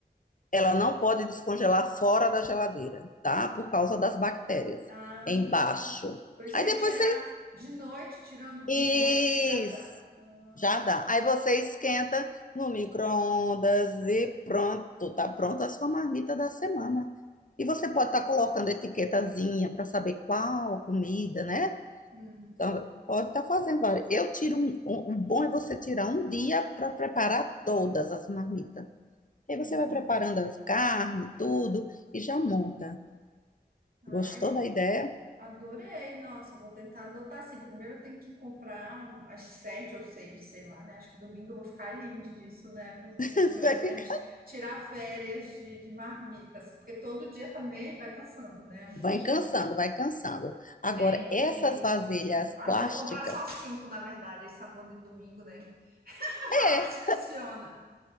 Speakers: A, on the left; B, on the right.
A: Ela não pode descongelar fora da geladeira, tá? Por causa das bactérias.
B: Ah,
A: É embaixo.
B: por isso
A: Aí
B: tem
A: depois
B: que tirar
A: você.
B: de noite, tirando de
A: Isso!
B: noite já dá. Ah,
A: Já
B: tá.
A: dá. Aí você esquenta no micro-ondas e pronto. Tá pronta a sua marmita da semana. E você pode estar colocando etiquetazinha para saber qual comida, né?
B: Uhum,
A: Então, pode estar fazendo várias. Eu tiro um, um, um bom é você tirar um dia para preparar todas as marmitas. E aí você
B: uhum.
A: vai preparando a carne, tudo, e já monta.
B: Ai,
A: Gostou da ideia?
B: adorei. Nossa, vou tentar adotar assim. Primeiro eu tenho que comprar um, as sete ou seis, sei lá, né? Acho que domingo eu vou ficar livre disso, né? Vou fazer
A: <laughs>
B: Uma coisa,
A: Vai
B: né?
A: ficar.
B: Ti- Tirar férias de, de marmita, assim, porque todo dia também vai cansando, né? Um
A: Vai
B: pouquinho.
A: cansando, vai cansando. Agora,
B: Tem
A: essas
B: que.
A: vasilhas
B: eu Acho
A: plásticas,
B: que eu vou comprar só cinco, na verdade, aí sábado e domingo, né? <laughs> Agora
A: é
B: vai se funciona.